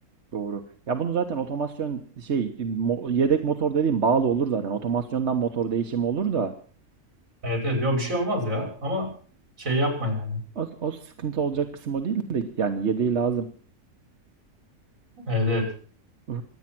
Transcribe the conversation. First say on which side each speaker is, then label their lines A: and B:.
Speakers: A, on the right; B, on the right.
A: Doğru. Ya bunu zaten otomasyon şey e, mo- yedek motor dediğim bağlı olur zaten. Otomasyondan motor değişimi olur da
B: Evet evet. Yok bir şey olmaz ya. Ama şey yapma yani.
A: o, o sıkıntı olacak kısım o değil de yani yedeği lazım.
B: Evet evet.
A: Uf.